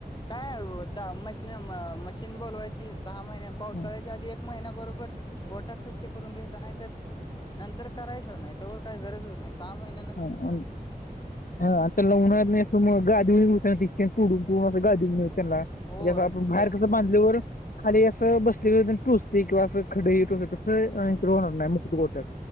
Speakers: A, on the left; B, on the left.
A: काय ओ मशीन मशीन बोलवायची सहा महिने पावसाळ्याच्या
B: हा
A: आधी एक महिना बरोबर गोठा स्वच्छ करून घ्यायचा नाही तर नंतर करायचच नाही तवर काय गरजच नाही सहा महि
B: संपला विषय! हा त्याला <unintelligible> नाही असं मग गादीव <unintelligible> त्यांना हेझा
A: हो
B: आपण
A: ते
B: बाहेर कसं बांधल्यावर खाली असं बसल्यालो तेन टोचतय किंवा असं खड हे कसं स्वाईन फ्लू होणार न्हाय मुक्त गोट्यात.